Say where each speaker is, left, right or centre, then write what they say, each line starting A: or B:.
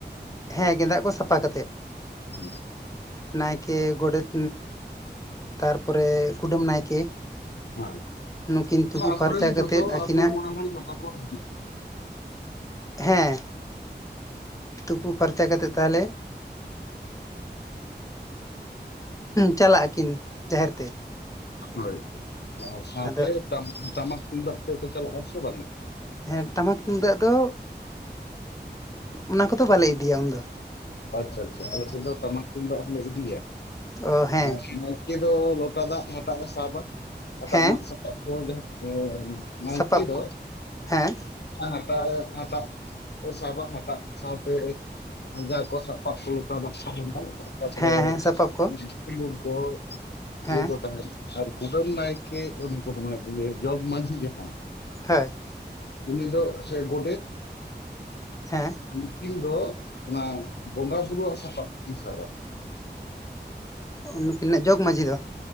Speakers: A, on the left; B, on the left.
A: ᱦᱮᱸ ᱜᱮᱸᱫᱟᱜ ᱠᱚ ᱥᱟᱯᱷᱟ ᱠᱟᱛᱮᱜ
B: ᱦᱩᱸ
A: ᱱᱟᱭᱠᱮ ᱜᱚᱰᱮᱛ ᱛᱟᱨ ᱯᱚᱨᱮ ᱠᱩᱰᱟᱹᱢ ᱱᱟᱭᱠᱮ
B: ᱦᱮᱸ
A: ᱱᱩᱠᱤᱱ ᱛᱩᱯᱩ
B: ᱟᱛᱳ
A: ᱯᱷᱟᱨᱪᱟ
B: ᱨᱮᱱ
A: ᱠᱟᱛᱮᱫ
B: ᱡᱚᱛᱚ
A: ᱟᱹᱠᱤᱱᱟᱜ
B: ᱟᱛᱳ ᱢᱚᱬᱮ ᱦᱚᱲ ᱡᱚᱛᱚ ᱠᱚ ᱦᱤᱡᱩᱜᱼᱟ
A: ᱦᱮᱸ ᱛᱩᱯᱩ ᱯᱷᱟᱨᱪᱟ ᱠᱟᱛᱮᱫ ᱛᱟᱦᱚᱞᱮ ᱪᱟᱞᱟᱜ ᱟᱹᱠᱤᱱ ᱡᱟᱦᱮᱨ ᱛᱮ
B: ᱦᱳᱭ ᱟᱨ ᱥᱟᱶᱛᱮ
A: ᱟᱫᱚ
B: ᱛᱟᱢᱟᱠ ᱛᱩᱢᱫᱟᱜ ᱟᱛᱮ ᱠᱚ ᱪᱟᱞᱟᱜ ᱟᱥᱮ ᱵᱟᱝᱼᱟ
A: ᱦᱮᱸ ᱴᱟᱢᱟᱠ ᱛᱩᱢᱫᱟᱜ ᱫᱚ ᱚᱱᱟ ᱠᱚᱫᱚ ᱵᱟᱞᱮ ᱤᱫᱤᱭᱟ ᱩᱱᱫᱚ
B: ᱟᱪᱪᱷᱟ ᱟᱪᱪᱷᱟ ᱟᱞᱮ ᱥᱮᱫ ᱫᱚ ᱴᱟᱢᱟᱠ ᱛᱩᱢᱫᱟᱜ ᱦᱚᱸᱞᱮ ᱤᱫᱤᱭᱟ,
A: ᱚ ᱦᱮᱸ
B: ᱱᱟᱭ ᱼᱼᱠᱮ ᱫᱚ ᱞᱚᱴᱟ ᱫᱟᱜ ᱦᱟᱴᱟᱜ ᱮ ᱥᱟᱵᱟ ᱦᱟᱴᱟᱜ
A: ᱦᱮᱸ
B: ᱨᱮᱱᱟᱜ ᱥᱟᱯᱟᱵ ᱠᱚ ᱡᱟᱦᱟᱸ ᱠᱚ ᱢᱟᱭᱠᱮ
A: ᱥᱟᱯᱟᱵ
B: ᱫᱚ
A: ᱠᱚ ᱦᱮᱸ
B: ᱦᱟᱴᱟᱜ ᱦᱟᱴᱟᱜ ᱠᱚ ᱥᱟᱵᱟ ᱦᱟᱴᱟᱜ ᱥᱟᱶᱛᱮ ᱡᱟ ᱠᱚ ᱥᱟᱯᱟᱵ ᱠᱚ ᱞᱚᱴᱟᱫᱟᱜ <unintelligible> ᱛᱟᱯᱚᱨᱮ
A: ᱦᱮᱸ
B: <unintelligible>
A: ᱦᱮᱸ ᱥᱟᱯᱟᱵ ᱠᱚ
B: ᱠᱚ
A: ᱦᱮᱸ
B: ᱤᱭᱟᱹ ᱠᱚ ᱛᱟᱦᱮᱱ ᱟᱨ ᱠᱩᱰᱟᱹᱢ ᱱᱟᱭᱠᱮ ᱩᱱᱤ ᱠᱩᱴᱩᱢ ᱡᱚᱜᱽ ᱢᱟᱡᱷᱤ ᱡᱟᱦᱟᱸᱭ
A: ᱦᱮᱸ
B: ᱩᱱᱤ ᱫᱚ ᱥᱮ ᱜᱳᱰᱮᱛ
A: ᱦᱮᱸ
B: ᱩᱱᱠᱤᱱ ᱫᱚ ᱚᱱᱟ ᱵᱚᱸᱜᱟ ᱵᱩᱨᱩᱣᱟᱜ ᱥᱟᱯᱟᱵ ᱠᱤᱱ ᱥᱟᱵᱟ
A: ᱱᱩᱠᱤᱱᱟᱜ ᱡᱚᱜᱽ ᱢᱟᱡᱷᱤ ᱫᱚ